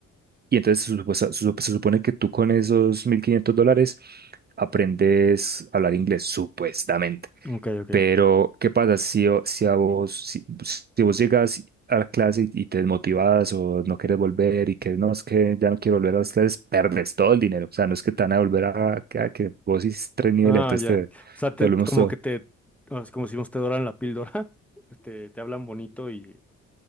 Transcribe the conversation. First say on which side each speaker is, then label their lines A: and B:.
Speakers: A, on the right; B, in the centre.
A: y entonces se, supo- se supo- se supone que tú con esos 1.500 dólares aprendes a hablar inglés, supuestamente
B: ok, ok.
A: pero, ¿qué pasa si, o- si a vos, si, si vos llegas a la clase y, y te desmotivas o no quieres volver y que no, es que ya no quiero volver a las clases, perdes todo el dinero. O sea, no es que te van a volver a, a que vos hiciste tres niveles,
B: Ah,
A: entonces
B: ya.
A: te,
B: O sea, te,
A: te volvemos
B: como
A: todo.
B: que te, ah, es como si te doran la píldora, <laughs> te, te hablan bonito y,